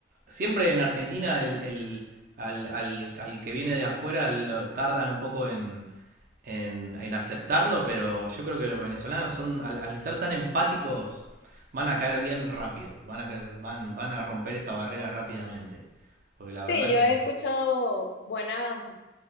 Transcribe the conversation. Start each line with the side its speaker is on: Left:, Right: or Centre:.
Right: siempre en Argentina el, el- al, al- al que viene de afuera lo- tarda un poco en en, en aceptarlo, pero yo creo que los venezolanos son, al, al ser tan empáticos, van a caer bien rápido, van a, caer- van, van a romper esa barrera rápidamente. Porque la
Left: Sí,
Right: verdad que
Left: yo he escuchado buenas,